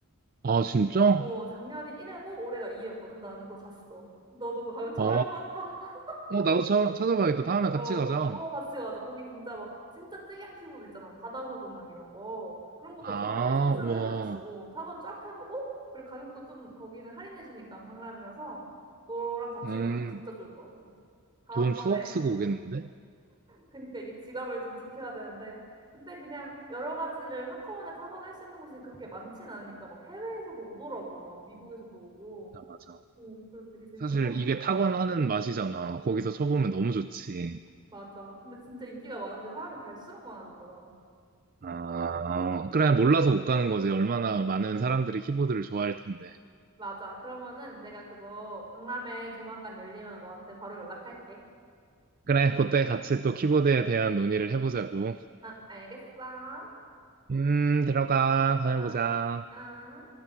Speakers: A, on the right; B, on the right.
A: 아, 진짜? 어,
B: 어, 작년이 1회고 올해가 2회였거든. 나는 그거 갔어. 너도 그거 가면 좋아할
A: 어,
B: 것 같아. <laughs>
A: 어, 나도 찾, 찾아봐야겠다. 다음에 같이
B: 어,
A: 가자.
B: 어, 같이 가자. 거기 진짜 막, 진짜 특이한 키보드 있잖아. 바다 소금 막 이런 거. 그런 것도
A: 아,
B: 다 테스트
A: 우와.
B: 해볼 수 있어. 어, 타건 쫙 해보고, 그리고 가격도 좀 거기는 할인해주니까 박람회라서 너랑 같이
A: 음.
B: 가면 진짜 좋을 것 같아. 다음번에
A: 돈 수억 쓰고 오겠는데?
B: 그러니까 이게 지갑을 좀 지켜야 되는데 근데 그냥 여러 가지를 한꺼번에 타건할 수 있는 곳이 그렇게 많진 않으니까 막 해외에서도 오더라고 막 미국에서도 오고
A: 아, 맞아.
B: 오 그래서 되게 재밌어서
A: 사실 이게 타건하는 맛이잖아. 거기서 쳐보면 너무 좋지.
B: 맞아 근데 진짜 인기가 많은데 사람이 갈수록 많아지더라
A: 아, 그래, 몰라서 못 가는 거지. 얼마나 많은 사람들이 키보드를 좋아할 텐데.
B: 맞아 그러면은 내가 그거 박람회 조만간 열리면 너한테 바로 연락할게
A: 그래, 그때 같이 또 키보드에 대한 논의를 해보자고.
B: 아 알겠어
A: 음, 들어가. 다녀보자.
B: 아 아.